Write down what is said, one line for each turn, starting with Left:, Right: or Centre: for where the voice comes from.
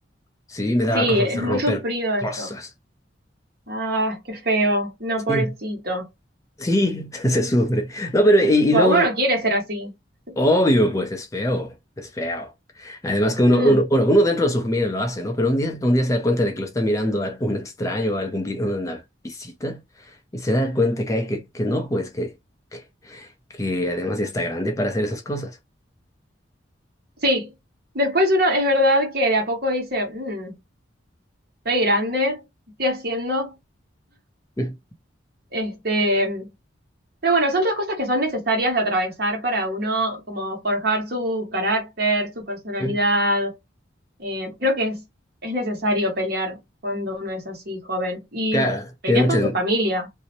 Left: sí, me daba
Right: Sí,
Left: cosas
Right: es
Left: de romper
Right: muy sufrido
Left: cosas.
Right: eso. Ah, qué feo. No,
Left: Sí,
Right: pobrecito.
Left: sí, <laughs> se sufre. No, pero y, y
Right: Tipo,
Left: luego,
Right: uno no quiere ser así. <laughs>
Left: obvio, pues es feo, es feo. Además que uno,
Right: Mm.
Left: uno, bueno, uno dentro de su familia lo hace, ¿no? Pero un día, un día se da cuenta de que lo está mirando a un extraño, a algún vi- una visita, y se da cuenta que, hay que, que no, pues que que además ya está grande para hacer esas cosas.
Right: Sí, después uno es verdad que de a poco dice, "Mm, estoy grande, ¿qué estoy haciendo,
Left: Eh,
Right: este, pero bueno, son todas cosas que son necesarias de atravesar para uno como forjar su carácter, su personalidad.
Left: eh.
Right: Eh, creo que es, es necesario pelear cuando uno es así joven y
Left: Claro,
Right: peleas
Left: tiene muchas...
Right: con tu familia.